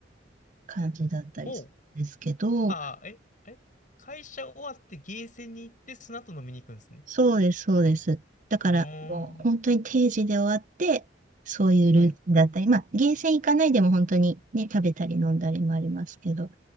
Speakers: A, on the right; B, on the left.
A: 感じだったりするんですけど、
B: ほう。あー、え、え、会社終わってゲーセンに行ってその後飲みに行くんですね。
A: そうです、そうです。だから、
B: あー
A: もう本当に定時で終わって、そういうルーティンだったり、
B: はい。
A: まあ、ゲーセン行かないでも本当にね、食べたり飲んだりもありますけど、